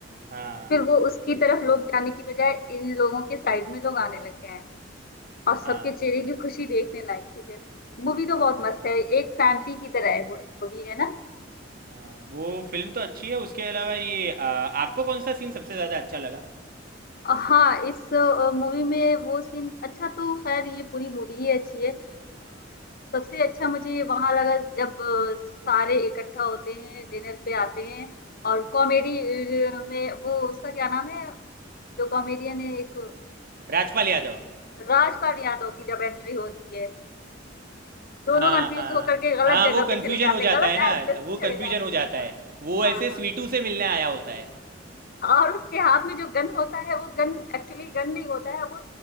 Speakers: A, on the right; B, on the left.
A: हाँ
B: फिर वो उसकी तरफ लोग जाने की बजाय इन लोगों के साइड में लोग आने लग गए हैं और
A: हाँ
B: सबके चेहरे की खुशी देखने लायक थी फिर मूवी तो बहुत मस्त है एक फैमिली की तरह है वो मूवी है ना
A: हाँ वो फिल्म तो अच्छी है उसके अलावा ये आ, आपको कौन सा सीन सबसे ज़्यादा अच्छा लगा
B: हाँ इस मूवी में वो सीन अच्छा तो खैर ये पूरी मूवी ही अच्छी है अ, सबसे अच्छा मुझे वहां लगा जब अ, सारे इकट्ठा होते हैं डिनर पे आते हैं और कॉमेडी में वो उसका क्या नाम है जो कॉमेडियन है एक
A: राजपाल यादव
B: राजपाल यादव की जब एंट्री होती है दोनों
A: हाँ
B: कंफ्यूज
A: हाँ
B: होकर के गलत
A: हाँ
B: जगह
A: वो कंफ्यूजन
B: पे चले जाते
A: हो जाता
B: हैं गलत
A: है ना
B: एड्रेस
A: वो
B: पे
A: कंफ्यूजन
B: चले जाते
A: हो जाता
B: हैं
A: है
B: हाँ
A: वो ऐसे
B: हाँ
A: स्वीटू
B: हाँ
A: से मिलने आया होता है
B: और उसके हाथ में जो गन होता है वो गन एक्चुअली गन नहीं होता है वो